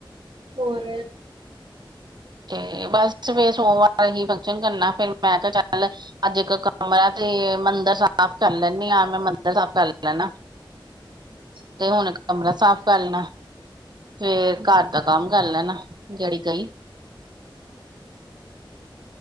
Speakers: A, on the right; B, on the right.
A: ਹੋਰ
B: ਤੇ ਬਸ ਫਿਰ ਸੋਮਵਾਰ ਅਹੀ ਫੰਕਸ਼ਨ ਕਰਨਾ ਫੇਰ ਮੈਂ ਕਿਹਾ ਚੱਲ ਅੱਜ ਇੱਕ ਕਮਰਾ ਤੇ ਤੇ ਮੰਦਿਰ ਸਾਫ਼ ਕਰ ਲੈਣੀ ਆਂ ਮੈਂ ਮੰਦਿਰ ਸਾਫ਼ ਕਰ ਲੈਣਾ।
A: <inaudible>
B: ਤੇ ਹੁਣ ਕਮਰਾ ਸਾਫ਼ ਕਰ ਲੈਣਾ ਫੇਰ
A: ਚਲੋ
B: ਘਰ ਦਾ ਕੰਮ ਕਰ ਲੈਣਾ ਜਿਹੜੀ ਕਈ